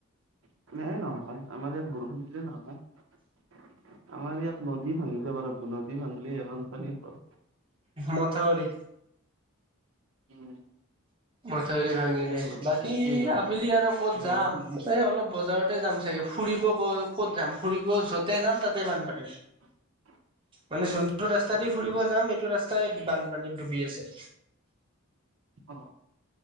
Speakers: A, on the right; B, on the right.
A: এ নহয় আমাৰ ইয়াত বৰষুণ নহয় আমাৰ ইয়াত নদী ভাঙি যাব লাগিব নদী ভাঙিলেহে বানপানী হ'ব
B: মথাউৰি।
A: উম।
B: মথাউৰি ভাঙিলে
A: ভাঙি যাব লাগিব
B: বাকী
A: তেতিয়াহে হ'ব
B: আবেলি আৰু ক'ত
A: হয়
B: যাম। এই অলপ বজাৰতে যাম চাগে ফুৰিব' ক'ত যাম ফুৰিব য'তে যাম তাতে বানপানী
A: <unintelligible>
B: মানে যোনটো ৰাস্তা
A: হয় নেকি
B: দি ফুৰিব যাম এইটো ৰাস্তাই বানপানীত ডুবি আছে।
A: অ